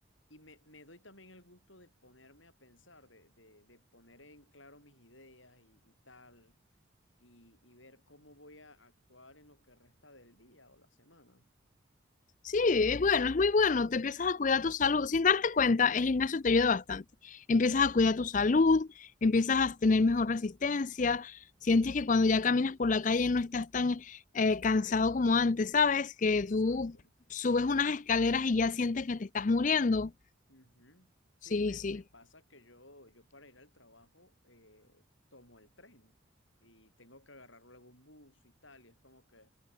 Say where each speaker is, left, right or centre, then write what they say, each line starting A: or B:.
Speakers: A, on the left; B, on the left.
A: y me, me doy también el gusto de ponerme a pensar, de, de, de poner en claro mis ideas y, y tal. y, y ver cómo voy a actuar en lo que resta del día o la semana.
B: Sí, es bueno, es muy bueno. Te empiezas a cuidar tu salud. Sin darte cuenta, el gimnasio te ayuda bastante. Empiezas a cuidar tu salud, empiezas a tener mejor resistencia, sientes que cuando ya caminas por la calle no estás tan eh, cansado como antes, ¿sabes? Que
A: Exacto.
B: tú subes unas escaleras y ya sientes que te estás muriendo.
A: Ujú. Sí,
B: Sí,
A: me,
B: sí,
A: me pasa que yo, yo para ir al trabajo eh, tomo el tren y tengo que agarrar luego un bus y tal, y es como que